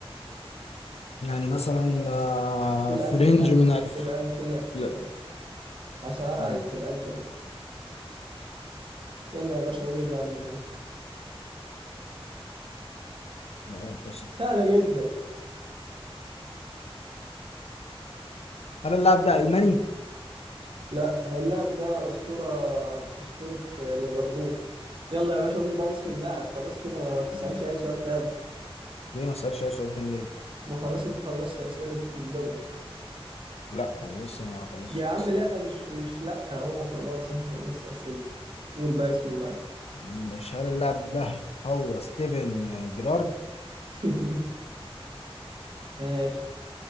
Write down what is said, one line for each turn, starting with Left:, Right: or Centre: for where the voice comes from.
Left: يعني مثلا آه،
Right: في الألفينات
Left: في رينج من 1000
Right: في الألفينات
Left: لا
Right: في الألف هسهل
Left: مم.
Right: عليك في الألفينات يلا يا باشا قولي اللاعب من أول
Left: لا بص
Right: سهلة جدا
Left: هل اللاعب ده الماني
Right: لا اللاعب ده أسطورة أسطورة ليفربول يلا يا باشا قول بقى اسم اللاعب خلاص كده ما تسألش
Left: مم.
Right: أي سؤال تاني
Left: ليه ما اسالش اي سؤال تاني ليه؟
Right: ما خلاص أنت خلصت أسئلة البدن
Left: لا هو لسه ما خلصش
Right: يا
Left: الست.
Right: عم لا مش مش لا هو خلاص انت خلصت اسئلتك قول بقى بسم الله
Left: مش هل اللاعب ده هو ستيفن جيرارد
Right: <laughs> ماشي